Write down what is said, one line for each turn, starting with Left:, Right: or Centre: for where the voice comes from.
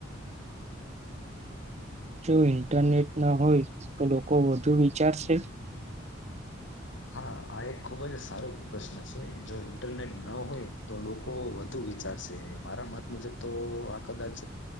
Right: જો ઇન્ટરનેટ ના હોય તો લોકો વધુ વિચારશે
Left: હા આ એક ખૂબ જ સારો પ્રશ્ન છે જો ઇન્ટરનેટ ન હોય તો લોકો વધુ વિચારશે મારા મત મુજબ તો આ કદાચ